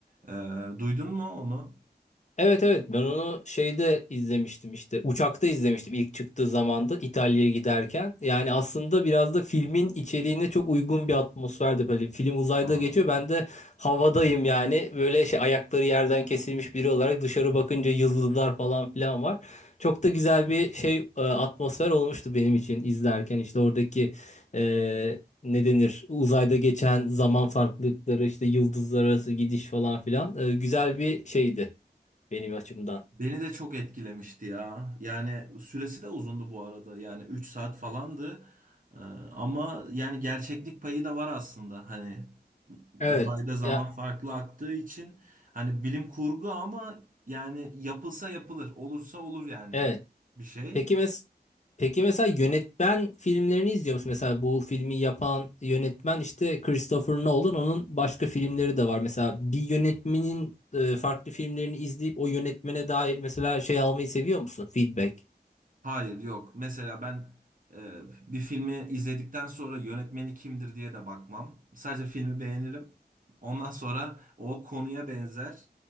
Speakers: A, on the right; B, on the left.
A: E, duydun mu onu?
B: Evet evet ben onu şeyde izlemiştim işte uçakta izlemiştim ilk çıktığı zamanda İtalya'ya giderken. Yani aslında biraz da filmin içeriğine çok uygun bir atmosferde böyle film uzayda
A: Aa.
B: geçiyor ben de havadayım yani böyle şey ayakları yerden kesilmiş biri olarak dışarı bakınca yıldızlar falan filan var. Çok da güzel bir şey e, atmosfer olmuştu benim için izlerken işte oradaki e, ne denir uzayda geçen zaman farklılıkları işte yıldızlar arası gidiş falan filan e, güzel bir şeydi benim açımdan.
A: Beni de çok etkilemişti ya. Yani süresi de uzundu bu arada. Yani 3 saat falandı. Ee, ama yani gerçeklik payı da var aslında. Hani
B: Evet.
A: uzayda zaman
B: Ya
A: farklı aktığı için hani bilim kurgu ama yani yapılsa yapılır, olursa olur yani
B: evet.
A: bir şey.
B: Peki mes Peki mesela yönetmen filmlerini izliyor musun? Mesela bu filmi yapan yönetmen işte Christopher Nolan. Onun başka filmleri de var. Mesela bir yönetmenin e, farklı filmlerini izleyip o yönetmene dair mesela şey almayı seviyor musun? Feedback.
A: Hayır yok. Mesela ben e, bir filmi izledikten sonra yönetmeni kimdir diye de bakmam. Sadece filmi beğenirim. Ondan sonra o konuya benzer